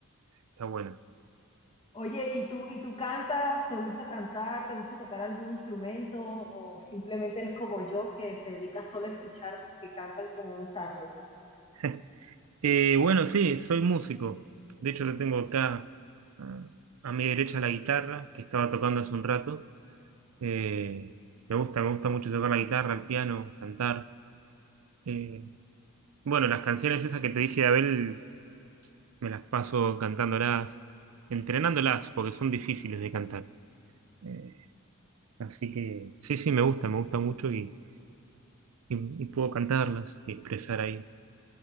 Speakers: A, on the right; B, on the left.
A: Está buena.
B: Oye, ¿y tú, y tú cantas? ¿Te gusta cantar? ¿Te gusta tocar algún instrumento? ¿O simplemente eres como yo que se dedica solo a escuchar porque cantan como un tarro?
A: <laughs> Eh, bueno, sí, soy músico. De hecho, lo tengo acá ah, a mi derecha la guitarra, que estaba tocando hace un rato. Eh, me gusta, me gusta mucho tocar la guitarra, el piano, cantar. Eh, bueno, las canciones esas que te dije de Abel, me las paso cantándolas, entrenándolas, porque son difíciles de cantar. Eh, así que sí, sí, me gusta, me gusta mucho y y, y puedo cantarlas y expresar ahí.